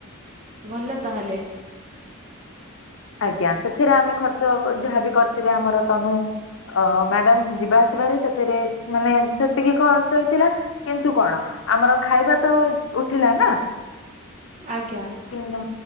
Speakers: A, on the right; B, on the left.
A: ଭଲ ତାହେଲେ।
B: ଆଜ୍ଞା ସେଥିରେ ଆମେ ଖର୍ଚ୍ଚ ଯାହାବି କରିିଥିଲେ ଆମର ତନୁ ଅ ମ୍ୟାଡାମ ଯିବା ଆସିବାରେ ସେଥିରେ ମାନେ ସେତିକି ଖର୍ଚ୍ଚ ହେଇଥିଲା। କିନ୍ତୁ କଣ ଆମର ଖାଇବା ତ ଉଠିଲା ନା।
A: ଆଜ୍ଞା।
B: କିନ୍ତୁ